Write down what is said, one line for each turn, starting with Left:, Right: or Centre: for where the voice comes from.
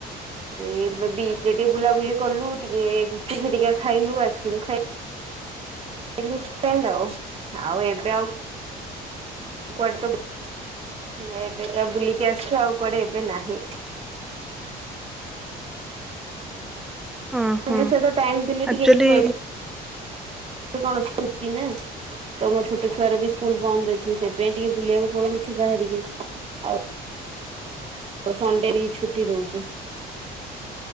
Right: ଏଇ ବ ବିଚ ଯେ ଟିକେ ବୁଲାବୁଲି କଲୁ ଟିକେ ଗୁପଚୁପ ଘରିକା ଖାଇଲୁ ଆଇସ୍କ୍ରିମ ଖାଇଲୁ ପିଲୁ ଏମତି ଆଉ ଏବେ ଆଉ ଆଉ କୁଆଡେ ତ ଏବେ ତ ବୁଲିକି ଆସିଛ ଆଉ କୁଆଡେ ଏବେ ନାହିଁ
Centre: ହଁ ହଁ
Right: ଲି ସହିତ ଟାଇମ୍ ଦେଲେ
Centre: ଆକ୍ଚୁଆଲି
Right: ଟିକେ ଇକୱେବ କଣ ସ୍କୁଟି ନା ତ ମୋ ଛୋଟ ଛୁଆର ବି ସ୍କୁଲ ବନ୍ଦ ଅଛି ସେଥିପାଇଁ ଟିକେ ବୁଲିବାକୁ ପଳଉଛୁ ବାହାରିକି ଆଉ ଆଉ ସଣ୍ଡେ ବି ଛୁଟି ରହୁଛି